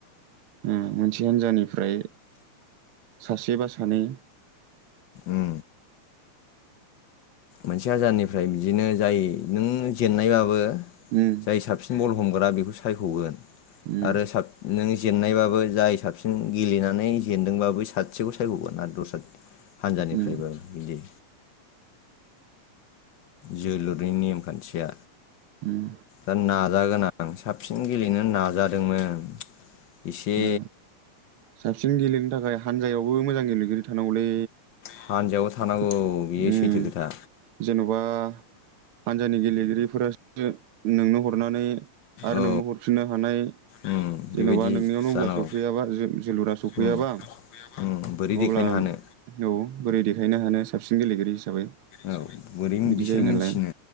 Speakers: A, on the right; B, on the left.
A: ओम मोनसे हान्जानिफ्राय सासे बा सानै
B: उम मोनसे हान्जानिफ्राय बिदिनो जाय नों जेननायबाबो
A: ओम।
B: जाय साबसिन बल हमग्रा बेखौ सायखगोन
A: उम
B: आरो साब नों जेननायबाबो जाय साबसिन गेलेनानै जेनदोंबाबो सासेखौ सायखगोन आरो दस्रा हानजानिफ्रायबो
A: उम
B: बिदि जोलुरनि नेमखान्थिया
A: उम
B: दा नाजागोन आं साबसिन गेलेनो नाजादोंमोन इसे
A: ओ साबसिन गेलेनो थाखाय हानजायावबो मोजां गेलेगिरि थानांगौलै
B: हानजायाव थानांगौ
A: <inaudible>
B: बियो
A: ओम
B: सैथो खोथा
A: जेनबा हानजानि गेलेगिरि। फोरा सो नोंनो हर नानै आरो
B: औ
A: नोंबो हरफिननो हानाय
B: उम बेबायदि
A: जेनबा नोंनियाव
B: जानांगौ
A: सफैयाबा जो-जो जोलुरा सफैयाबा
B: उम उम बोरै
A: अब्ला
B: देखायनो हानो
A: औ बोरै दे <unintelligible> हानो साबसिन गेलेगिरि हिसाबै
B: औ बोरै
A: बिदि
B: बिसोर
A: जायो
B: मिथिनो
A: नालाय